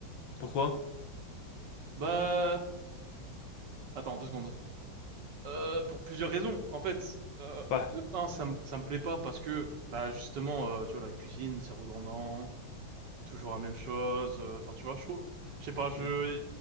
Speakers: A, on the left (about 80°); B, on the right (about 65°).
A: Pourquoi?
B: Bah, attends, deux secondes. Euh, pour plusieurs raisons. En fait, euh,
A: Ouais.
B: de un, ça me ça me plaît pas parce que bah justement, euh, tu vois, la cuisine, c'est redondant, toujours la même chose. euh, Enfin, tu vois, je trouve- je sais pas, je
A: Hmm.